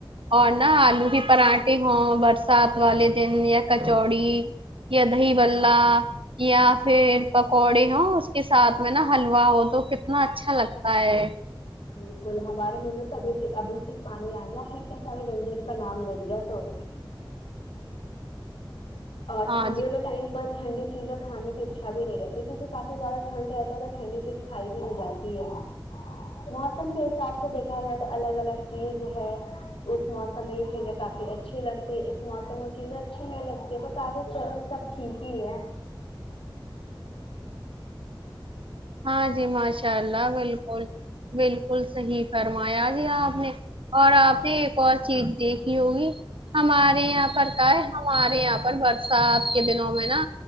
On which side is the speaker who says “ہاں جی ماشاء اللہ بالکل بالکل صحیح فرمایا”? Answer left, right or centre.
Right